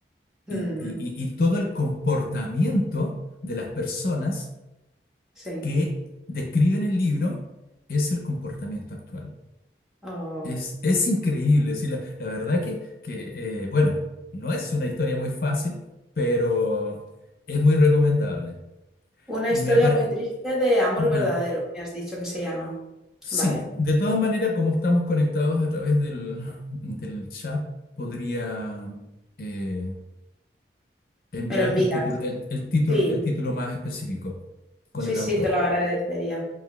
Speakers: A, in the centre; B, on the left (about 50°).
A: Ujú,
B: y, y- y- y todo el comportamiento de las personas
A: Sí.
B: que describen el libro es el comportamiento actual.
A: Oh.
B: Es, es increíble, sí, la, la verdad que, que eh, bueno, no es una historia muy fácil, pero es muy recomendable.
A: Una
B: Me
A: historia
B: apare-
A: muy triste de amor
B: Ajá.
A: verdadero, me has dicho que se llama.
B: Sí,
A: Vale.
B: de todas maneras, como estamos conectados a través del, del chat, podría eh, enviarte
A: ¿Me lo envías?
B: el título, el el título,
A: Sí,
B: el título más específico con
A: sí,
B: el
A: sí,
B: autor.
A: te lo agradecería.